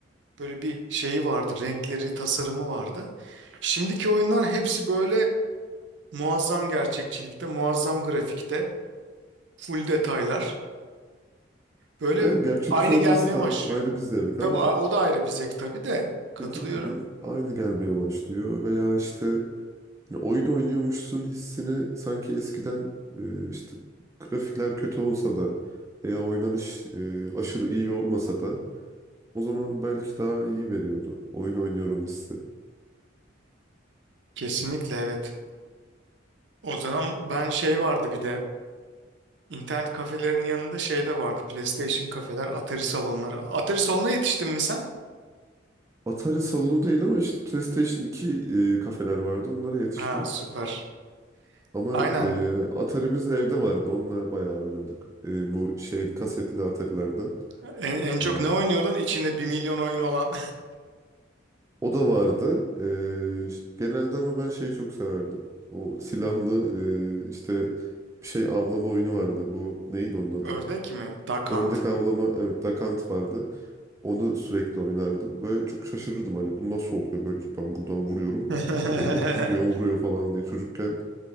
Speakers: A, on the right; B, on the right.
A: böyle bir şeyi vardı renkleri tasarımı vardı. Şimdiki oyunlar hepsi böyle muazzam gerçekçilikte muazzam grafikte full detaylar. Böyle
B: Yani gerçekçi
A: aynı
B: olması
A: gelmeye
B: da
A: başlıyor.
B: ayrı bir zevk
A: Tabii
B: ama
A: a- o da ayrı bir zevk tabii de. Katılıyorum.
B: dediğin gibi aynı gelmeye başlıyor veya işte hani oyun oynuyormuşsun hissini sanki eskiden e, işte grafikler kötü olsa da veya oynanış e, aşırı iyi olmasa da o zaman belki daha iyi veriyordu. Oyun oynuyorum hissi.
A: Kesinlikle evet. O zaman ben şey vardı bir de internet kafelerin yanında şey de vardı. PlayStation kafeler, Atari salonları. Atari salonuna yetiştin mi sen?
B: Atari salonu değil ama işte PlayStation iki e, kafeler vardı. Onlara yetiştim.
A: Ha süper.
B: Ama
A: Aynen.
B: e, Atari'miz evde vardı. Onunla bayağı oynadık. E, bu şey kasetli Atari'lerden.
A: En, en çok
B: E,
A: ne oynuyordun? İçinde bir milyon oyun olan.
B: o da vardı. E, ş- genelde ama ben şeyi çok severdim. O silahlı e, işte bir şey avlama oyunu vardı. Bu neydi
A: <laughs>
B: onun
A: Ördek
B: adı?
A: mi? Duck
B: Ördek
A: Hunt.
B: avlama evet Dakant vardı. Onu sürekli oynardım. Böyle çok şaşırırdım hani bu nasıl oluyor böyle ben buradan vuruyorum.
A: <laughs>
B: işte onu gidiyor vuruyor falan diye çocukken